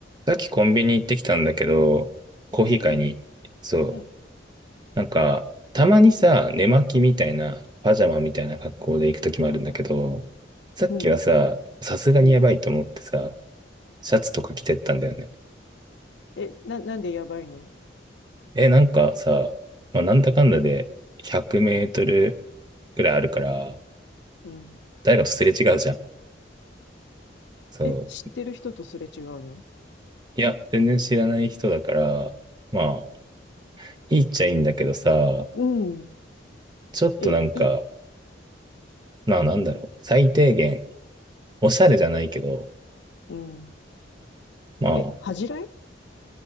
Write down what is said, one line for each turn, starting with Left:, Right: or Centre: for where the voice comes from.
Right: さっきコンビニ行ってきたんだけど、コーヒー買いに。
Left: うん、
Right: そう。
Left: うん、
Right: なんか、たまにさ、寝巻きみたいな、パジャマみたいな格好で行くときもあるんだけど、さっきはさ、
Left: うん、
Right: さすがにやばいと思ってさ、
Left: うん。
Right: シャツとか着てったんだよね。
Left: え、な、なんでやばいの
Right: え、なんかさ、まあ、なんだかんだで100メートルぐらいあるから、
Left: うん。
Right: 誰かとすれ違うじゃん。そ
Left: え、知ってる人とすれ違うの
Right: う。いや、全然知らない人だから、まあ、いいっちゃいいんだけどさ、
Left: うん。うん。
Right: ちょっとなんか、
Left: え、いい。
Right: まあなんだろう、最低限、おしゃれじゃないけど、
Left: うん。
Right: まあ、
Left: え、恥じらい